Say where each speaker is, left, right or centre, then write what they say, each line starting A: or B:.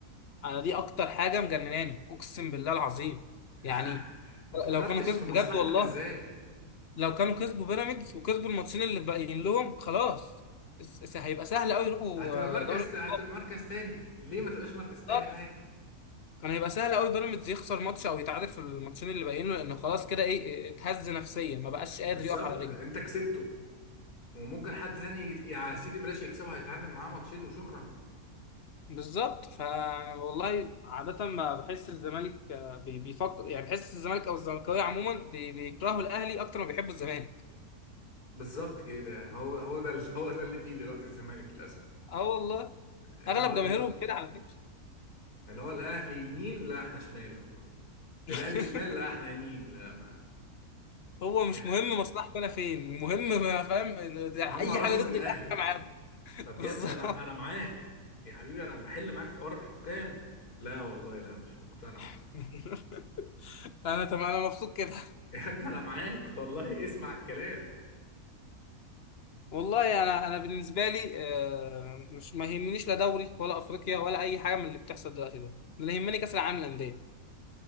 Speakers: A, on the left; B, on the left.
A: انا دي اكتر حاجه مجنناني اقسم بالله العظيم
B: <laughs>
A: يعني
B: ما فكرتش
A: لو كانوا كسب
B: في مصلحتك
A: بجد والله
B: ازاي
A: لو كانوا كسبوا بيراميدز وكسبوا الماتشين اللي باقيين لهم خلاص س- س- هيبقى سهل قوي يروحوا
B: هتبقى مركز
A: آه، دوري الابطال
B: تا- هتبقى مركز تاني ليه ما تبقاش مركز تاني
A: بالظبط.
B: عادي
A: كان هيبقى سهل قوي بيراميدز يخسر ماتش او يتعادل في الماتشين اللي باقيين له لانه خلاص كده ايه اتهز نفسيا ما بقاش
B: بالظبط
A: قادر يقف على
B: انت
A: رجله
B: كسبته وممكن حد تاني يت- يا سيدي بلاش يكسبه هيتعادل معاه ماتشين وشكرا
A: بالظبط ف والله عادة ما بحس الزمالك آه، بي- بيفكر يعني بحس الزمالك او الزملكاويه عموما بي- بيكرهوا الاهلي اكتر ما بيحبوا الزمالك
B: بالظبط كده هو هو ده ال- <laughs> هو ده اللي فيه دلوقتي الزمالك للاسف
A: اه والله
B: اللي
A: اغلب
B: هو
A: جماهيرهم
B: ال-
A: كده على فكرة
B: اللي هو الاهلي يمين لا احنا شمال والله الاهلي
A: <laughs>
B: شمال لا احنا يمين لا ما
A: هو
B: طب
A: مش
B: يا
A: مهم مصلحته انا فين المهم ما فاهم
B: مهما
A: اي
B: راسي
A: حاجه ضد
B: في الاهلي
A: الاهلي أنا معاهم <laughs> بالظبط
B: طب يا ابني انا انا معاك يا حبيبي انا بحل معاك حوار الحكام لا والله لا مش مقتنع انا
A: <laughs> انا تمام انا مبسوط كده
B: <laughs> يا ابني انا معاك والله اسمع الكلام
A: والله انا انا بالنسبه لي آه، مش ما يهمنيش لا دوري ولا افريقيا ولا اي حاجه من اللي بتحصل دلوقتي ده أنا اللي يهمني كاس العالم للانديه